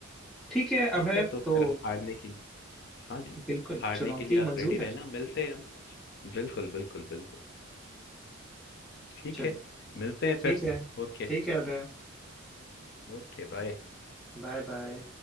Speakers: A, in the centre; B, on the left.
A: ठीक है
B: ठीक
A: अभय
B: है तो
A: तो
B: फिर हारने के लिए हाँ जी
A: बिल्कुल
B: हारने
A: चुनौती
B: के लिए आप
A: मंजूर
B: रेडी रहना
A: है
B: मिलते हैं हम बिल्कुल बिल्कुल बिल्कुल ठीक
A: चलो
B: है मिलते हैं
A: ठीक
B: फिर
A: है
B: ओके
A: ठीक है अभय
B: Okay bye
A: बाय बाय